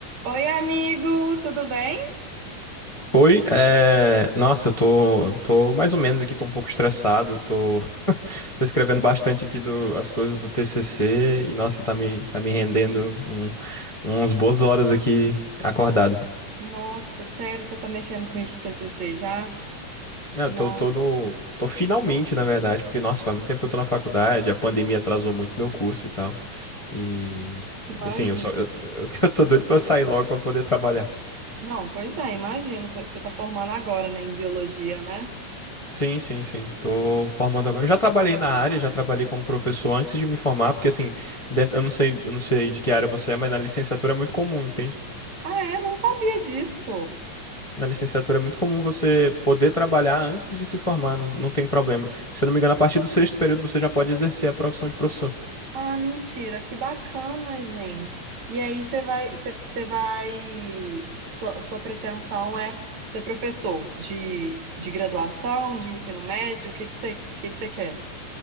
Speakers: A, on the right; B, on the left.
A: Oi, amigo, tudo bem?
B: Oi, é, nossa, eu tô, tô mais ou menos aqui, tô um pouco estressado, tô, <laughs> tô escrevendo bastante aqui do, as coisas do TCC e, nossa, tá me, tá me rendendo um, umas boas horas aqui acordado.
A: Nossa, sério, você tá mexendo com isso de TCC já?
B: Não, eu
A: Não,
B: tô, tô no, tô finalmente, na verdade, porque, nossa, faz muito tempo que eu tô na faculdade, a pandemia atrasou muito meu curso e tal, e,
A: imagino.
B: e assim, eu só, eu, <laughs> eu tô doido pra sair logo pra poder trabalhar.
A: Não, pois é, imagino. Você você tá formando agora, né, em biologia, né?
B: Sim, sim, sim. Tô formando agora. Já trabalhei na área, já trabalhei como professor antes de me formar, porque assim, dentro, eu não sei, eu não sei de que área você é, mas na licenciatura é muito comum, entende?
A: Ah, é? Não sabia disso.
B: Na licenciatura é muito comum você poder trabalhar antes de se formar, não, não tem problema. Se eu não me engano, a partir do sexto período você já pode exercer a profissão de professor.
A: Ah, mentira, que bacana, gente. E aí, você vai, você, você vai, sua, sua pretensão é ser professor de, de graduação, de ensino médio? O que que você, o que que você quer?